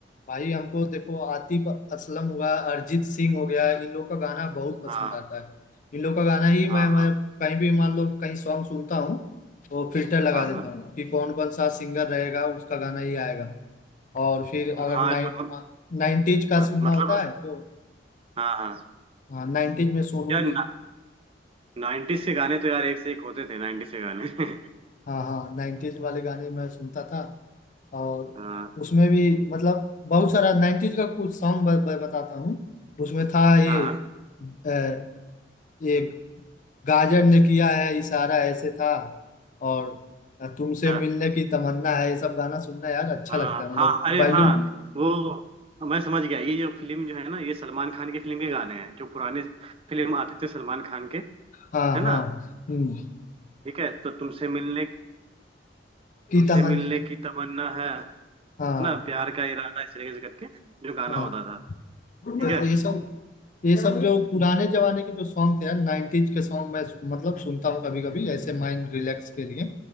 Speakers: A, on the left; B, on the right.
A: भाई हमको देखो आतिफ असलम हुआ अरिजीत सिंह हो गया इन लोग का गाना बहुत पसंद
B: हाँ
A: आता है इन लोग का गाना ही
B: हाँ
A: मैं मैं कहीं भी मान लो कहीं सॉन्ग सुनता हूँ तो फिल्टर लगा
B: हाँ
A: देता
B: हाँ
A: हूँ कि कौन कौन सा सिंगर रहेगा उसका गाना ही आएगा और फिर अगर
B: हाँ
A: नाइन
B: मतलब
A: नाइन्टीज का
B: हाँ
A: सुनना
B: मतलब
A: होता है तो
B: हाँ हाँ
A: हाँ नाइन्टीज में सोनू
B: यार
A: ने
B: नाइन्टीज के गाने तो यार एक से एक होते थे नाइन्टीज के गाने <laughs>
A: हाँ हाँ नाइन्टीज वाले गाने मैं सुनता था और
B: हाँ
A: उसमें भी मतलब बहुत सारा 90s का कुछ सॉन्ग ब, ब, बताता हूँ उसमें था ये
B: हाँ
A: अ, ये गाजर ने किया है इशारा ऐसे था और तुमसे
B: अच्छा
A: मिलने की तमन्ना है ये सब गाना सुनना यार अच्छा
B: हाँ
A: लगता है
B: हाँ
A: मतलब
B: अरे
A: बैलूम
B: हाँ वो मैं समझ गया ये जो फिल्म जो है ना ये सलमान खान की फिल्म के गाने हैं जो पुराने फिल्म आते थे सलमान खान के है
A: हाँ हाँ
B: ना
A: हम्म
B: ठीक है तो तुमसे मिलने
A: की
B: तुमसे
A: तमन्ना
B: मिलने की तमन्ना है है
A: हाँ
B: ना प्यार का इरादा इस तरीके से करके जो गाना
A: हाँ
B: होता था ठीक
A: तो
B: है
A: ये सब ये सब जो पुराने जमाने के जो सॉन्ग थे यार नाइन्टीज के सॉन्ग मैं सु- मतलब सुनता हूँ कभी कभी ऐसे माइंड रिलैक्स के लिए